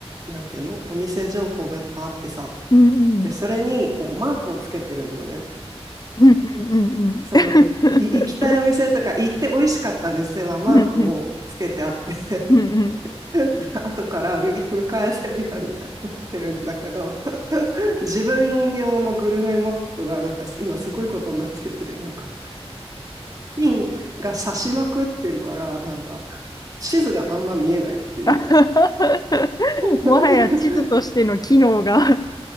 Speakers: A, on the right; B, on the left.
A: なんていうの、お店情報がいっぱいあってさ、
B: うんうん。
A: でそれにこうマークをつけてるのね。
B: うんうんうんうん。
A: その、
B: <laughs>
A: い行きたいお店とか行って美味しかった店はマークをつけてあって
B: うんうんうんうんうん
A: <laughs> 後から見、見返せるようになってるんだけど、自分用のグルメマップがなんか今すごいことになってて、なんかピンが刺しまくってるから、なんか、地図があんま見えないっていう。
B: あはは <laughs> もはや地図としての機能が
A: <laughs>